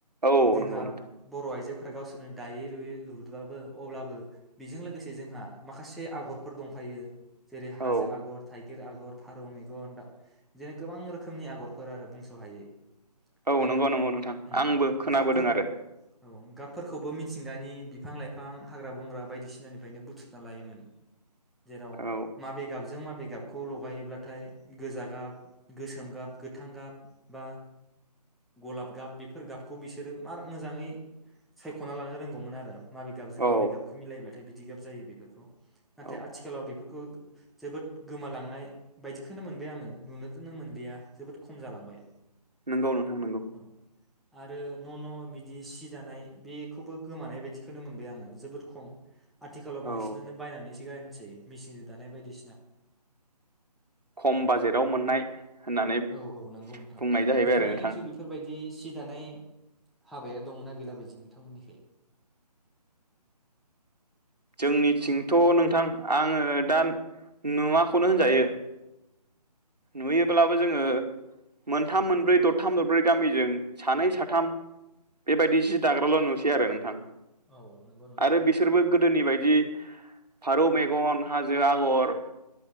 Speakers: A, on the right (about 75°); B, in the centre.
A: औ
B: जोंहा
A: नंगौ नोंथां
B: बर' आइजो फोरा गावसोरनो दायै लुयै लुबाबो अब्लाबो बेजों लोगोसे जोंहा माखासे आगरफोर दंफायो। जेरै हाजो
A: औ
B: आगर, थाइ गिर आगर, फारौ मेगन दा बिदिनो गोबां रोखोमनि आगरफोर आरो बुंसहायै।
A: औ
B: आरो
A: नंगौ नंगौ नोंथां
B: ओं
A: आंबो खोनाबोदों
B: गाबफोर
A: आरो
B: औ गाबफोरखौबो मिथिंगानि बि बिफां-लाइफां हाग्रा-बंग्रा बायदिसिनानिफ्रायनो बुथुमना लायोमोन। जेराव
A: औ
B: मा बे गाबजों माबे गाब गाबखौ लगायोब्लाथाय गोजा गाब, गोसोम गाब, गोथां गाब बा गलाब गाब बेफोर गाबखौ बिसोरो मार मोजाङै सायखना लानो रोंगौमोन आरो माबे गाबजों
A: औ
B: माबे गाबखौ मिलायब्लाथाय बि दि गाब जायो बेफोरखौ नाथाय
A: औ
B: आथिखालाव बेफो खौ जोबोद गोमालांनाय बायदिखोनो मोनबाय आङो नुनोखोनो मोनलिया जोबोद खम जालांबाय
A: नोंगौ नोंथां नंगौ
B: औ आरो न' न' बिदि सि दानाय बेखौबो गोमानाय बायदिखौनो मोनबाय आङो जोबोद खम आथिखालाव बांसिनानो
A: औ
B: बायनानैसो गानसै मिसिंजों दानाय बायदि
A: खम बाजेटाव मोननाय होननानै बुंनाय
B: औ औ नंगौ नोंथां
A: जाहैबाय
B: नोंथांमोननिख्रुइ
A: आरो नोंथां।
B: बेफोरबायदि सि दानाय हाबाया दंना गैला बादि नोंथांमोननिखै
A: जोंनिथिंथ नोंथां आङो दा नुवाखौनो होनजायो नुयोब्लाबो जोङो मोनथाम मोनब्रै दरथाम दरब्रै गामिजों सानै साथाम बेबाय जि दाग्राल नुसै आरो नोंथां
B: औ नंगौ नोंथां
A: आरो बिसोरबो गोदोनि बायदि फारौ मैगन हाजो आगर